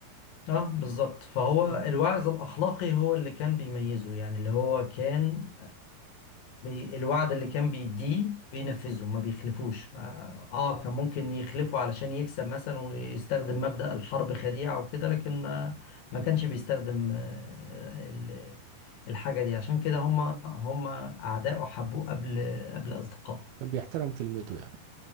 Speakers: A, on the left; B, on the right.
A: اه بالظبط فهو
B: تمام.
A: الوعظ الاخلاقي هو اللي كان بيميزه يعني اللي هو كان بي- الوعد اللي كان بيديه بينفذه ما بيخلفوش اه آه، كان ممكن يخلفه علشان يكسب مثلا ويستخدم مبدأ الحرب خديعة وكده لكن ما ما كانش بيستخدم آه، ال- الحاجة دي عشان كده هم هم أعداءه حبوه قبل قبل أصدقائه
B: كان بيحترم كلمته يعني